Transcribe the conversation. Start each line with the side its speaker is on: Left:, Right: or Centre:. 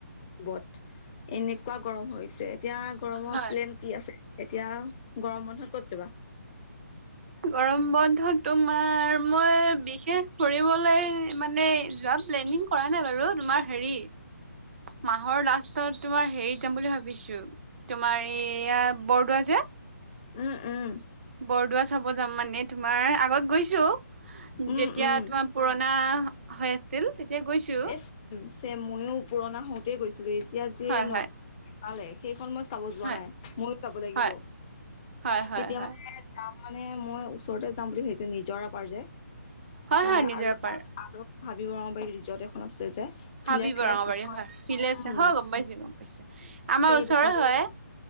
Left: কবত এনেকুৱা গৰম হৈছে, এতিয়া গৰমত
Right: হয়
Left: প্লেন কি আছে? এতিয়া গৰম বন্ধত ক'ত যাবা?
Right: গৰম বন্ধত তোমাৰ মই বিশেষ ফুৰিবলৈ মানে যোৱা প্লেনিং কৰা নাই বাৰু তোমাৰ হেৰি
Left: <inaudible>
Right: মাহৰ লাষ্টত তোমাৰ হেৰিত যাম বুলি ভাবিছো, তোমাৰ এইয়া বৰদোৱা যে
Left: উম উম।
Right: বৰদোৱা চাব যাম মানে তোমাৰ আগত গৈছো,
Left: উম
Right: যেতিয়া
Left: উম
Right: তোমাৰ পুৰণা হৈ আছিল তেতিয়া গৈছো
Left: এ ছেম ময়ো পুৰণা হওঁতেই গৈছিলো এতিয়া যে
Right: হয়
Left: ন
Right: হয়
Left: পালে সেইখন মই চাব যোৱা
Right: হয়
Left: নাই ময়ো যাব লাগিব,
Right: হয় হয় হয়
Left: এতিয়া
Right: হয়
Left: মানে যা মানে মই ওচৰতে যাম বুলি ভাবিছো নিজৰপাৰ যে
Right: হয়
Left: তাৰ
Right: হয় নিজে
Left: আৰু
Right: আপাৰ
Left: এখন আৰু হাবি ব ৰঙাবাৰি এই ৰিজৰ্ট এখন আছে যে। ভিলেজ
Right: হাবি ব
Left: লাইফ
Right: ৰঙবাৰী
Left: বুলি কয়
Right: হয় ভিলেছে
Left: উম
Right: হয় গম পাইছো গম পাইছো, আমাৰ
Left: সেই
Right: ওচৰে
Left: দুখন
Right: হয়।